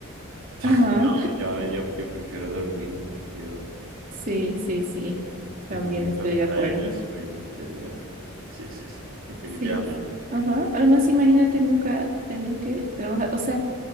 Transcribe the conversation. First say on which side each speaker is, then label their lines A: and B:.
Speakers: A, on the right; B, on the right.
A: <laughs>
B: ajá,
A: No, yo, yo, yo prefiero dormir, yo prefiero
B: sí, sí, sí, también
A: tener mis
B: estoy
A: horas
B: de acuerdo.
A: ahí de sueño. Sería, sí, sí, sí, definitivamente.
B: Sí, ajá. Además, imagínate nunca tener que trabajar, o sea,